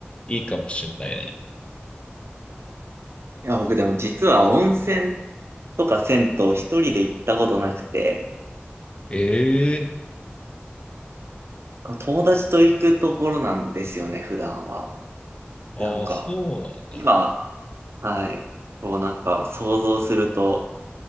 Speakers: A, on the left; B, on the right.
A: いいかもしんないね。
B: や、僕でも実は温泉とか銭湯一人で行ったことなくて、
A: ええ
B: 友達と行くところなんですよね、普段は。
A: ああ、
B: なんか、
A: そうなんだ。
B: 今、はい、こうなんか想像すると、